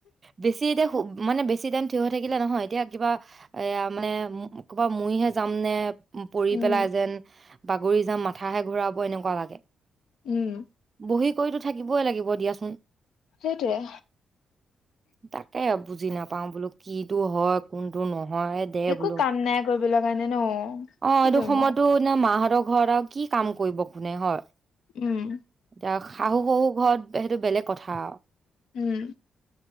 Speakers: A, on the right (about 30°); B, on the left (about 85°).
A: বেছি এতিয়া শুই মানে বেছি টাইম থিয় হৈ থাকিলে নহয় এতিয়া কিবা এয়া মানে, কব মৰিহে যাম নে। পৰি
B: উম
A: পেলাই, যেন বাগৰি যাম মাথাহে ঘুৰাব। এনেকুৱা লাগে।
B: উম।
A: বহি কৰিতো থাকিবই লাগিব দিয়াচোন।
B: সেইটোৱে
A: তাকে অ বুজি নাপাওঁ, বোলো কিটো হয়, কোনটো নো নহয় দে
B: একো
A: বোলো
B: কাম নাই কৰিবলৈ কাৰণে ন
A: অ'
B: কি
A: এইটো
B: কৰিম
A: সময়তো
B: আৰু
A: মাহঁতক ঘৰত আৰু কি কাম কৰিব কোনে হয়।
B: উম।
A: তাত শাহু-শহুৰ ঘৰত সেইটো বেলেগ কথা। আৰু
B: উম